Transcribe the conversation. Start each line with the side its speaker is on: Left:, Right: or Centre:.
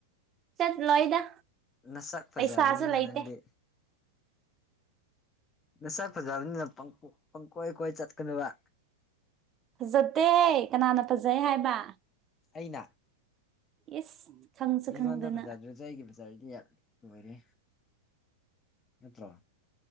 Right: ꯆꯠꯂꯣꯏꯗ
Left: ꯅꯁꯛ ꯐꯖꯕꯅꯤꯅ
Right: ꯄꯩꯁꯥꯁꯨ ꯂꯩꯇꯦ
Left: ꯅꯪꯗꯤ ꯃꯁꯛ ꯐꯖꯕꯅꯤꯅ ꯄꯪꯀꯣ ꯄꯪꯀꯣꯏ ꯀꯣꯏ ꯆꯠꯀꯅꯣꯕ
Right: ꯐꯖꯗꯦ ꯀꯅꯥꯅ ꯐꯖꯩ ꯍꯥꯏꯕ
Left: ꯑꯩꯅ
Right: ꯏꯁ ꯈꯪꯁꯨ
Left: ꯃꯤꯉꯣꯟꯗ
Right: ꯈꯪꯗꯅ
Left: ꯐꯖꯗ꯭ꯔ ꯖꯨ ꯑꯩꯒꯤ ꯐꯖꯥꯔꯗꯤ ꯌꯥꯠ ꯂꯣꯏꯔꯦ ꯅꯠꯇ꯭ꯔꯣ